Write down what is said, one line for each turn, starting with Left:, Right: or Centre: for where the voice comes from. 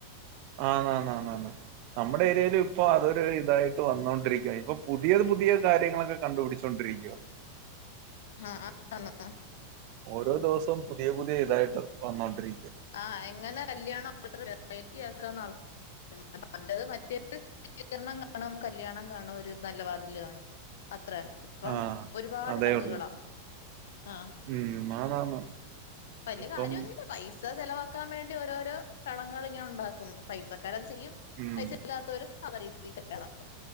Right: ആന്നാന്നാന്നാന്ന് നമ്മുടെ ഏരിയയിൽ ഇപ്പോ അതൊരു ഇതായി വന്നൊണ്ടിരിക്കണേഇപ്പൊ പുതിയത് പുതിയ കാര്യങ്ങളൊക്കെ കണ്ടുപിടിച്ചൊണ്ടിരിക്കവാ.
Left: ആ ആന്ന്
Right: ഓരോ ദിവസവും പുതിയ പുതിയ ഇതായിട്ട് വന്നോണ്ടിരിക്കും.
Left: ആ എങ്ങനെ കല്ല്യാണം വെറൈറ്റി ആക്കാന്ന് ആൾ പണ്ടത് മറ്റേത് സ്വീകരണം കാണും, കല്ല്യാണം കാണും, ഒരു നല്ല വാതില് കാണും, അത്ര തന്നെ. ഇപ്പം
Right: ആഹ്
Left: ഒരുപാട്
Right: അതേ
Left: ചടങ്ങുകളാ.
Right: ഉള്ളൂ
Left: ആ
Right: ഉം ആന്നാന്ന്
Left: വലിയ
Right: ഇപ്പം
Left: കാര്യം മൊന്നുമില്ല പൈസ ചെലവാക്കാൻ വേണ്ടി ഓരോരോ ചടങ്ങ്കൾ ഇങ്ങനെ ഉണ്ടാക്കും. പൈസക്ക ചെയ്യും.
Right: ഉം
Left: പൈസ ഇല്ലാത്തവര് രീതി കല്യാണം.